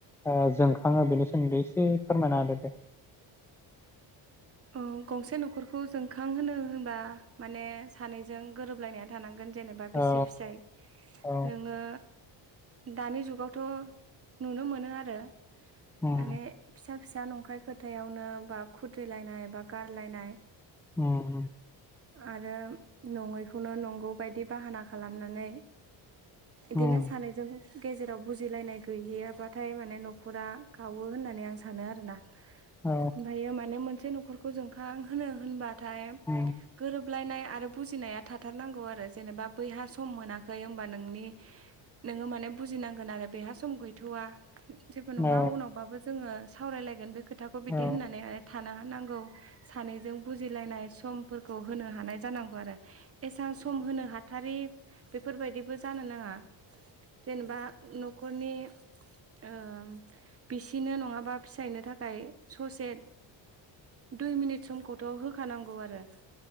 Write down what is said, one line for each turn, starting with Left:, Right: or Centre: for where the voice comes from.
Centre: ओ जोंखाङो बेनि सोमोन्दै एसे फोरमायना होदो दे,
Right: ओ गंसे न'खरखौ जोंखां होनो होनबा माने सानैजों गोरोबलायनाया थानांगोन, जेनेबा बिसि
Centre: औ
Right: फिसाय
Centre: औ
Right: नोंङो दानि जुगावथ' नुनो मोनो आरो
Centre: उम
Right: माने फिसा फिसा नंखाय खो हाथायावनो बा खुद्रिलायनाय बा गारलायनाय,
Centre: उम
Right: आरो नङैखौनो नंगौ बायदि बाहाना खालामनानै, इदिनो
Centre: उम
Right: सानैजों गेजेराव बुजिलायनाय गैयैयाबाथाय माने न'खरा गावो होननानै आं सानो आरोना?
Centre: औ
Right: ओमफायो माने मोनसे न'खर खौ जोंखां होनो होनबा थाय
Centre: औ
Right: गोरोबलायनाय आरो बुजिनाया थाथारनांगौ आरो जेनेबा बैहा सम मोनाखै होमबा नोंनि नोंङो माने बुजिनांगोन आरो बेहा सम गैथ'वा, जेबो नंङा
Centre: औ
Right: उनावबाबो जोंङो, सावरायलायगोन बे खो खौ बिदि
Centre: औ
Right: होननानै थानो नांगौ। सानैजों बुजिलायनाय सम फोरखौ होनो हानाय जानांगौ आरो। एसां सम होनो हाथारि, बेफोरबायदिबो जानो नांङा। जेनेबा न'खरनि, ओ बिसिनो नंङाबा फिसायनो थाखाय, ससे दुइ मिनिट समखौथ' होखानांगौ आरो।